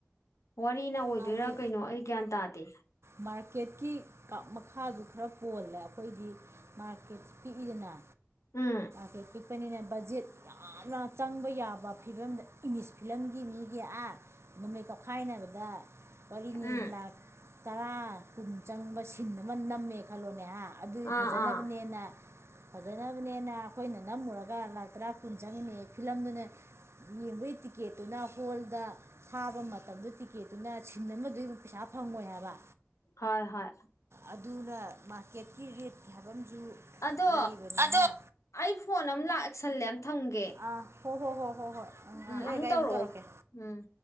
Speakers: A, on the left (about 80°); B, on the right (about 60°).
A: ꯋꯥꯔꯤꯅ ꯑꯣꯏꯗꯣꯏꯔꯥ
B: ꯍꯥꯏꯗꯤ
A: ꯀ꯭ꯌꯥꯟ ꯇꯇ
B: ꯃꯥꯔꯀꯦꯠꯀꯤ ꯀꯞ ꯃꯈꯥꯁꯨ ꯈꯔ ꯄꯣꯜꯂꯦ ꯑꯩꯈꯣꯏꯗꯤ ꯃꯥꯔꯀꯦꯠꯁ ꯄꯤꯛꯏꯗꯅ
A: ꯎꯝ
B: ꯀ ꯄꯤꯛꯄꯅꯤꯅ ꯕꯖꯤꯦꯠ ꯌꯥꯝꯅ ꯆꯪꯕ ꯌꯥꯕ ꯐꯤꯕꯝꯗ ꯏꯪꯂꯤꯁ ꯐꯤꯂꯝꯒꯤ ꯃꯤꯒꯤ ꯑꯥ ꯅꯃꯠ ꯀꯧꯈꯥꯏꯅꯕꯗ ꯋꯥꯔꯤꯅꯤ
A: ꯎꯝ
B: ꯂꯥ ꯇꯔꯥ ꯀꯨꯟ ꯆꯪꯕ ꯁꯤꯟ ꯑꯃ ꯅꯝꯃꯦ ꯈꯜꯂꯣꯅꯦ ꯍꯥ ꯑꯗꯨꯗꯤ
A: ꯑꯥ
B: ꯐꯖꯅꯕꯅꯦꯅ
A: ꯑꯥ
B: ꯐꯖꯅꯕꯅꯦꯅ ꯑꯩꯈꯣꯏꯅ ꯅꯝꯃꯨꯔꯒ ꯂꯥꯛ ꯇꯔꯥ ꯀꯨꯟ ꯆꯪꯉꯤꯅꯦ ꯐꯤꯂꯝꯗꯨꯅꯦ ꯌꯦꯕꯣꯏ ꯇꯤꯛꯀꯦꯠꯇꯨꯅ ꯍꯣꯜꯗ ꯊꯥꯕ ꯃꯇꯝꯗꯨ ꯇꯤꯛꯀꯦꯠꯇꯨꯅ ꯁꯤꯟ ꯑꯃꯗꯨꯏ ꯄꯩꯁꯥ ꯐꯪꯉꯣꯏ ꯍꯥꯏꯕ
A: ꯍꯣꯏ ꯍꯣꯏ
B: ꯑꯗꯨꯅ ꯃꯥꯔꯀꯦꯠꯀꯤ ꯔꯦꯠꯀꯤ ꯍꯥꯏꯕ ꯑꯃꯁꯝꯨ
A: ꯑꯗꯣ
B: ꯂꯩꯕ ꯑ
A: ꯑꯩ ꯐꯣꯟ ꯑꯃ ꯂꯥꯛꯁꯜꯂꯦ ꯊꯝꯒꯦ
B: ꯑꯥ ꯍꯣ ꯍꯣ ꯍꯣ ꯍꯣ ꯍꯣꯏ
A: ꯎꯝ
B: ꯎ ꯂꯩꯦꯒꯥꯏꯝ
A: ꯑꯃꯨꯛ ꯇꯧꯔꯛꯑꯣ
B: ꯇꯔꯛꯀꯦ
A: ꯎꯝ